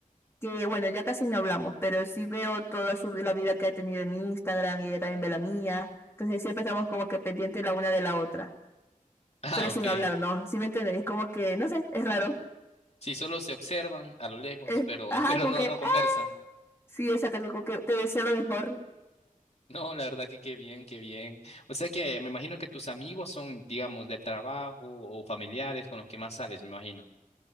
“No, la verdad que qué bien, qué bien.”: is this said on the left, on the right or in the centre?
Left